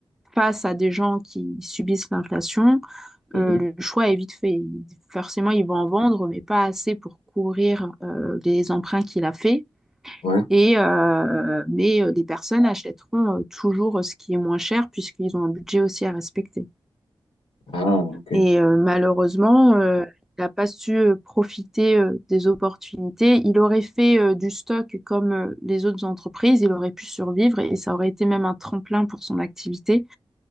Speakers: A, in the centre; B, on the left.
A: face à des gens qui subissent l'inflation,
B: Mhm.
A: euh, le choix est vite fait. Il- Forcément, ils vont en vendre, mais pas assez pour couvrir euh, les emprunts qu'il a faits.
B: Ouais.
A: Et, euh, mais euh, les personnes achèteront euh, toujours euh, ce qui est moins cher puisqu'ils ont un budget aussi à respecter.
B: Ah, ok.
A: Et euh, malheureusement, euh, il n'a pas su euh, profiter euh, des opportunités. Il aurait fait euh, du stock comme euh, les autres entreprises, il aurait pu survivre et ça aurait été même un tremplin pour son activité.